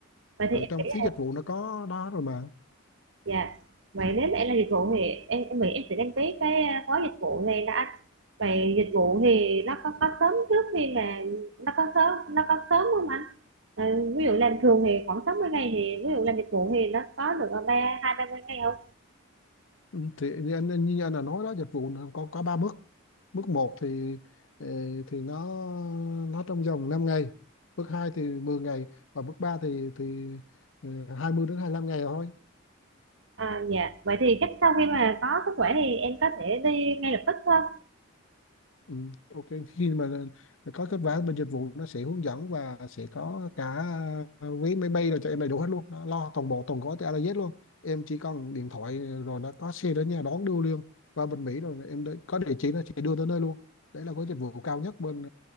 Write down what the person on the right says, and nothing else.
Vậy
thì em
nghĩ
là
dạ. Vậy nếu mà em làm dịch vụ thì em em nghĩ em sẽ đăng ký cái ờ, gói dịch vụ này đó anh. Vậy dịch vụ thì nó có có sớm trước khi mà nó có sớm nó có sớm không anh? Ờ, ví dụ làm thường thì khoảng 60 ngày thì ví dụ làm dịch vụ thì nó có được ở ba hai ba mươi ngày không?
À dạ vậy thì chắc sau khi mà có sức khỏe thì em có thể đi ngay lập tức thôi.